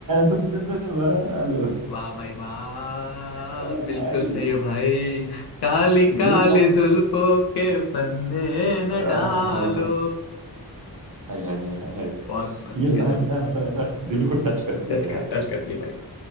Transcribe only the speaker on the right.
हुस्न वालो
ओ
भाई
ये लाइन
आह,
हा, हा, हा। हाय हाय हाय हाय हाय
ये लाइन
ना मतलब ऐसा दिल को टच करती
है यार